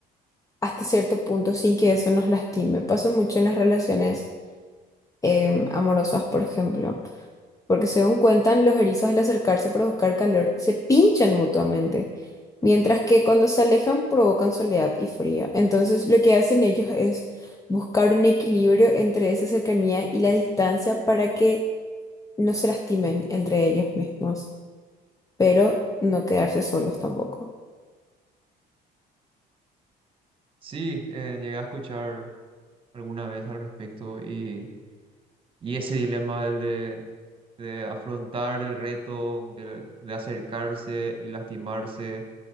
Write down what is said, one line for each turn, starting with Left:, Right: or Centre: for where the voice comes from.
Left: hasta cierto punto sin que eso nos lastime. Pasa mucho en las relaciones em, amorosas, por ejemplo, porque según cuentan, los erizos al acercarse para buscar calor se pinchan mutuamente, mientras que cuando se alejan provocan soledad y frío. Entonces, lo que hacen ellos es buscar un equilibrio entre esa cercanía y la distancia para que no se lastimen entre ellos mismos, pero no quedarse solos tampoco.
Right: Sí, eh, llegué a escuchar alguna vez al respecto y, y ese dilema del de de afrontar el reto, de, de acercarse y lastimarse,